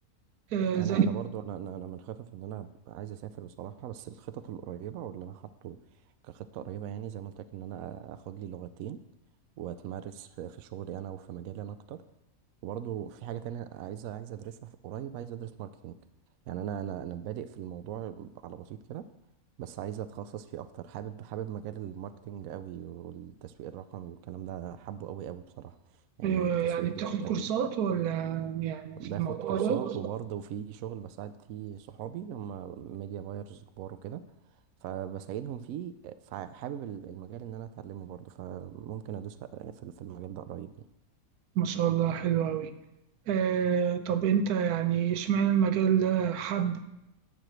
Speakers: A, on the right; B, on the right.
A: آه،
B: انا
A: زي
B: انا برضو انا انا أنا من خطط ان انا عايز اسافر بصراحه بس الخطط القريبه واللي انا حاطه كخطه قريبه يعني زي ما قلت لك ان انا اخد لي لغتين واتمرس في في شغلي انا وفي مجالي انا اكتر وبرضو في حاجه تانية عايز عايز ادرسها في قريب عايز ادرس ماركتينج يعني انا انا انا بادئ في الموضوع على بسيط كده بس عايز اتخصص فيه اكتر حابب حابب مجال الماركتينج قوي والتسويق الرقمي والكلام ده حابه قوي قوي بصراحه يعني
A: أيوة،
B: التسويق
A: يعني
B: الديجيتال
A: بتاخد كورسات ولا يعني في
B: باخد
A: الموضوع
B: كورسات
A: ده
B: وبرضه في شغل بساعد فيه صحابي هم ميديا بايرز كبار وكده فبساعدهم فيه فحابب ال- المجال ان انا اتعلمه برضه فممكن ادوس في في المجال ده قريب يعني
A: ما شاء الله حلو أوي آه، طب أنت يعني إشمعنى المجال ده حب